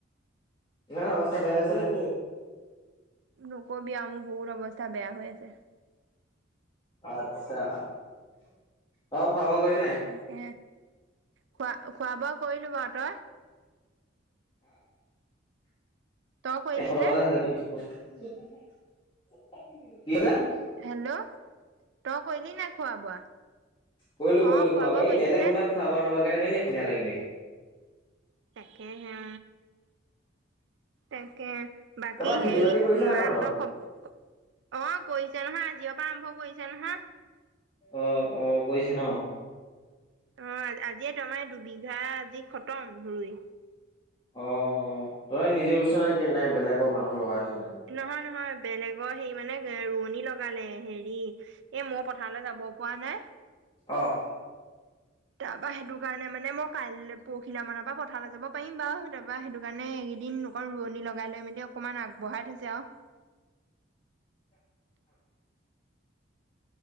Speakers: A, on the left (about 25°); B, on the right (about 65°).
A: ইমান অৱস্থা বেয়া হৈ আছে নে?
B: নকবি আৰু মোৰ বহুত অৱস্থা বেয়া হৈ আছে
A: আচ্ছা, <unintelligible> খোৱা বোৱা কৰি <unintelligible> <unintelligible>
B: তাকে খোৱা খোৱা বোৱা কৰিলো বাৰু তই তই কৰিলি
A: এশ টকা
B: নে
A: এটা ধাৰে দিবিছোঁ <unintelligible> <unintelligible>
B: হেল্ল'? তই কৰিলি নাই খোৱা বোৱা?
A: কৰিলো
B: অ
A: কৰিলো খোৱা বোৱা,
B: কৰিলি
A: এতিয়ালে
B: নে
A: কোনবাই খোৱা বোৱা নোখোৱাকে থাকে নেকি <unintelligible> লাগিলে
B: তাকেহে, তাকে বাকী
A: তাৰপৰা খেতি
B: হেৰি
A: বাতি কৰিছে নাই
B: মাহঁতৰ
A: তহঁতৰ?
B: খব অ', কৰিছে নহয়, <unintelligible> পৰা আৰম্ভ কৰিছে নহয়।
A: অ', অ', গৈছে নহ?
B: অ', আজিয়ে <unintelligible> দুবিঘা আজি খতম ৰুই।
A: অ', অ', তই নিজে <unintelligible> নে কি বেলেগৰ মানুহ লগাইছ নে?
B: নহয়, নহয় বেলেগৰ হেৰি মানে ৰোৱনী লগালে হেৰি এ মই পথাৰলে যাব পৰা নাই।
A: অহ।
B: তাৰ পৰা সেইটো কাৰণে মানে মই কাইলৈ <unintelligible> মানৰ পৰা পথাৰলৈ যাব পাৰিম বাৰু, তাৰপা সেইটো কাৰণে এইকেইদিন অকণ ৰোৱনী লগাই লৈ মেলি অকমান আগবঢ়াই থৈছে আৰু।